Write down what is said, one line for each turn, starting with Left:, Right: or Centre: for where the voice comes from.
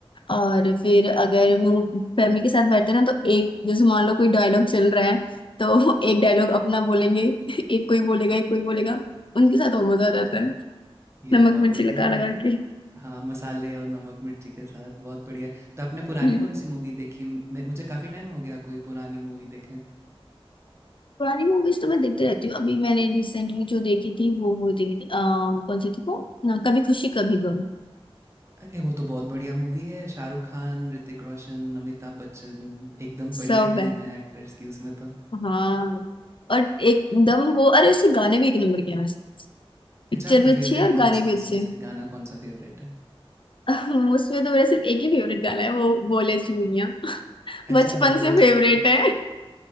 Left: और फिर अगर मैं फैमिली के साथ बैठते हैं ना तो एक जैसे मान लो कोई डायलॉग चल रहा है तो <laughs> एक डायलॉग अपना बोलेंगे एक कोई बोलेगा एक कोई बोलेगा उनके साथ और मजा आ जाता है
Right: ये
Left: नमक
Right: तो बहुत
Left: मिर्ची
Right: बढ़िया
Left: लगा
Right: है
Left: लगा के
Right: हाँ मसाले और नमक मिर्ची के साथ बहुत बढ़िया तो आपने पुरानी
Left: हम्म।
Right: कौन सी मूवी देखी मैं मुझे काफ़ी टाइम हो गया कोई पुरानी मूवी देखे
Left: पुरानी मूवीज तो मैं देखते रहती हूँ अभी मैंने रिसेंटली जो देखी थी वो वो देखी थी अ, कौन सी थी वो ना, कभी खुशी कभी गम
Right: अरे वो तो बहुत बढ़िया मूवी है शाहरुख खान ऋतिक रोशन अमिताभ बच्चन एकदम
Left: सब
Right: बढ़िया टीम है एक्टर्स की उसमें तो
Left: हाँ और एकदम वो अरे उसके गाने भी एक नंबर के हैं वैसे पिक्चर
Right: अच्छा आपका
Left: भी अच्छी
Right: फेवरेट
Left: है और गाने
Right: कौन सा
Left: भी
Right: है उसमें
Left: अच्छे
Right: से गाना कौन सा फेवरेट है
Left: हैं <laughs> उसमें तो मेरा सिर्फ एक ही फेवरेट गाना है वो बोले चूड़ियां <laughs>
Right: अच्छा
Left: बचपन
Right: बोले
Left: से फेवरेट
Right: चुड़िया
Left: है